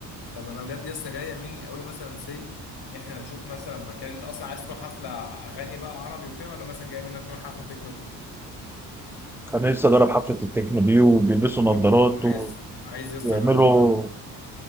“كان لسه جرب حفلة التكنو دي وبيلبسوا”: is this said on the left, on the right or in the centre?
Centre